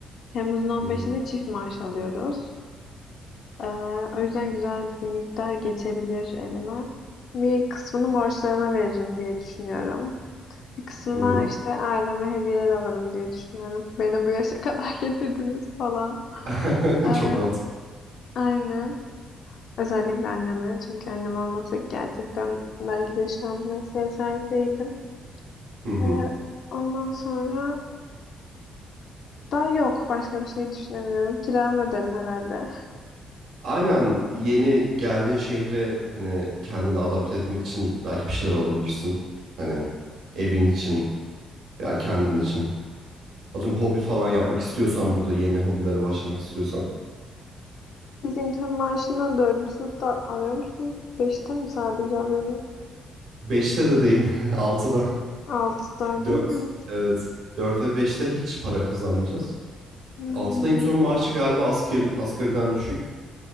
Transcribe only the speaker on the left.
Temmuz'un on
beşinde çift maaş alıyoruz Ee, o yüzden güzel bir miktar geçebilir elime. Bir kısmını borçlarıma veririm diye düşünüyorum. Bir kısmına
işte aileme hediyeler alırım diye düşünüyorum. <laughs> Beni bu yaşa <laughs> kadar getirdiniz falan.
Ee,
aynen. Özellikle anneme. Çünkü annem olmasa gerçekten belki de şu an bu mesleğe sahip değildim.
Ee, ondan sonra daha yok. Başka bir şey düşünemiyorum. Kiramı öderim herhalde.
<laughs>
Siz intern maaşını dördüncü sınıfta alıyor musunuz? Beşte mi sadece alıyordunuz?
Altıda
değil mi?
Hmm.